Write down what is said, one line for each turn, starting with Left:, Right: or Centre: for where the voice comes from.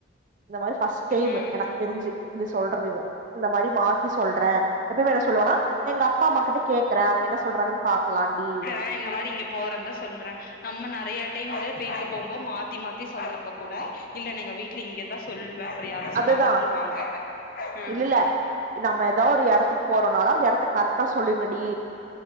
Right: இந்த மாரி ஃபஸ்ட் டைம்
Left: ம்
Right: எனக்கு தெரிஞ்சு இது சொல்றது இவ இந்த மாரி மாத்தி சொல்றேன் எப்பயுமே என்ன சொல்லுவானா எங்க அப்பா அம்மா கிட்ட கேக்கறேன் அவுங்க என்ன சொல்றாங்கன்னு பாக்கலாண்டி
Left: இப்ப இந்த மாரி இங்க போறன் தா சொல்றேன் நம்ம நறையா டைம் வந்து வீட்ல போம்போது மாத்தி மாத்தி சொல்றப்ப கூட இல்ல நீங்க வீட்ல இங்க இருந்தா சொல்லுவேன் அப்பர யாராச்சு
Right: அதுதா
Left: பாத்துருவாங்க அ
Right: இல்ல இல்ல நம்ம ஏதோ ஒரு எடத்துக்கு போறோன்னாலும் அந்த எடத்த கரெட்டா சொல்லுங்கடி